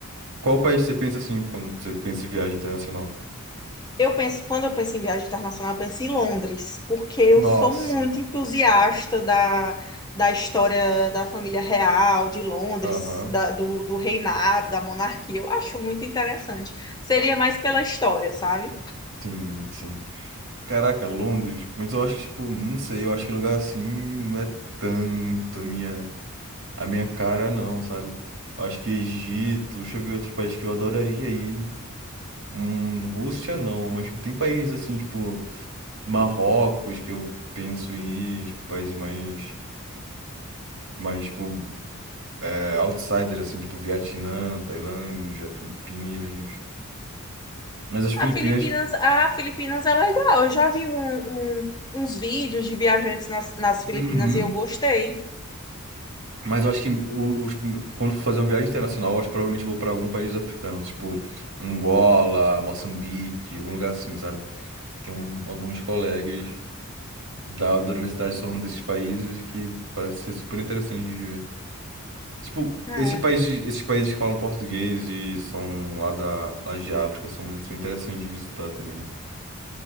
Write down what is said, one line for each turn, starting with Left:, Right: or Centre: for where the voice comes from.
Right: qual país você pensa assim quando você pensa em viagem internacional?
Left: Eu penso, quando eu penso em viagem internacional, eu penso em Londres, porque eu
Right: Nossa.
Left: sou muito entusiasta da, da história da família real de Londres,
Right: Aham.
Left: da- do, do reinado, da monarquia. Eu acho muito interessante. Seria mais pela história, sabe?
Right: Sim, sim. Caraca, Londres. Mas eu acho que, tipo, não sei, eu acho que lugar assim não é tanto a minha, a minha cara, não, sabe? Eu acho que Egito, deixa eu ver outro país que eu adoraria ir. Hum, Rússia não, mas tipo, tem países assim, tipo, Marrocos, que eu penso em ir, tipo, países mais, mais tipo, é, outsider, assim, tipo, Vietnã, Tailândia, Filipinas. Mas as Filipinas,
Left: A Filipinas, a Filipinas é legal. Eu já vi um- um- uns vídeos de viajantes nas, nas Filipinas
Right: uhum.
Left: e eu gostei.
Right: Mas eu acho que o- os, quando for fazer uma viagem internacional, eu acho que provavelmente eu vou pra algum país africano, tipo, Angola, Moçambique, algum lugar assim, sabe? Tem um- alguns colegas da, da universidade que são desses países e que parece ser super interessante de ver. Tipo,
Left: É,
Right: esse país de- esses países que falam português e são lá, da, lá de África são, são interessantes de visitar também.